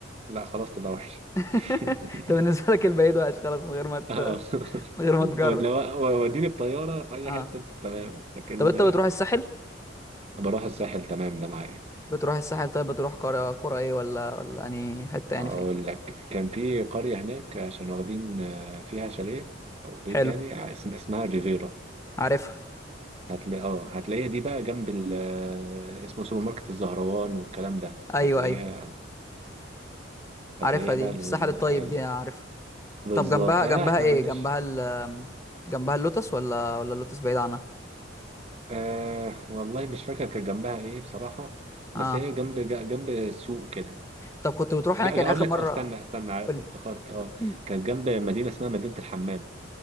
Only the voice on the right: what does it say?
لا خلاص تبقى وحش
<laughs>
اه
ولو- وديني الطياره في اي
حته تمام لكن
بروح الساحل تمام ده معايا
اقول
لك كان في قريه هناك عشان واخدين آه، فيها شاليه او بيت
يعني اسم- اسمها ريفيرا
هتلاقي اه هتلاقيها دي بقى جنب ال آه، اسمه سوبر ماركت الزهروان والكلام ده
فتلاقيها
هتلاقيها
بقى ال...
ال...
بالظبط
اه
احنا
ملناش
آه والله مش فاكر كان جنبها ايه بصراحة بس
هي جنب جا- جنب السوق كده
جا-
جا-
اقول
لك
اه استنى استنى عارف
افتكرت اه
كانت جنب مدينة اسمها مدينة الحمام